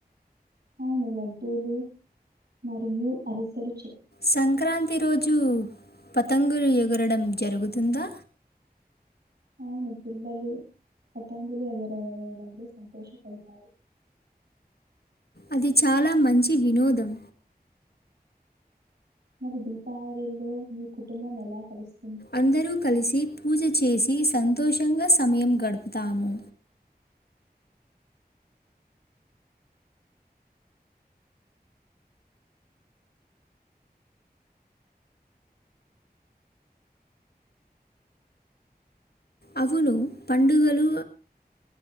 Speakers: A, on the right; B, on the left.
A: అవును లడ్డూలు మరియు అరిసెలు చే
B: సంక్రాంతి రోజు పతంగులు ఎగరడం జరుగుతుందా
A: అవును పిల్లలు పతంగులి ఎగరావేయడం లో సంతోషపడతారు
B: అది చాలా మంచి వినోదం
A: మరి దీపావళిలో మీ కుటుంబం ఎలా కలుస్తుంది
B: అందరూ కలిసి పూజ చేసి సంతోషంగా సమయం గడుపుతాము అవున పండుగలు